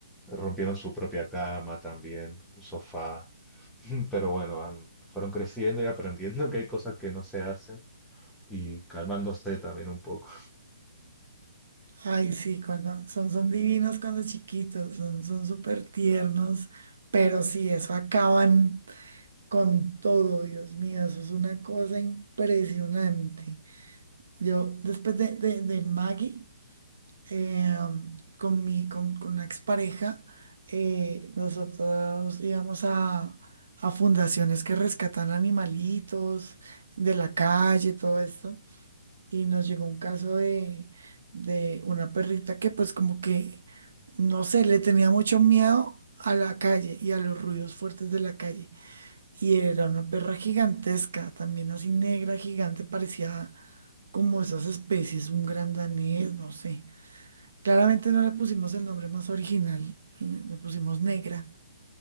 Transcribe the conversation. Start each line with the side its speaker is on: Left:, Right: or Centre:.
Centre: rompieron su propia cama también, un sofá. <laughs> Pero bueno, han- fueron creciendo y aprendiendo que hay cosas que no se hacen y calmándose también un poco.
Right: Ay, sí, cuando son, son divinos cuando chiquitos, son, son súper tiernos, pero sí, eso acaban con todo, Dios mío, eso es una cosa impresionante. Yo, después de, de, del Maggie, eh, con mi, con, con una expareja, eh, nosotros íbamos a, a fundaciones que rescatan animalitos de la calle, todo esto, y nos llegó un caso de, de una perrita que pues como que, no sé, le tenía mucho miedo a la calle y a los ruidos fuertes de la calle. Y era una perra gigantesca, también así negra, gigante, parecía como esas especies, un gran danés, no sé. Claramente no le pusimos el nombre más original, le le pusimos negra.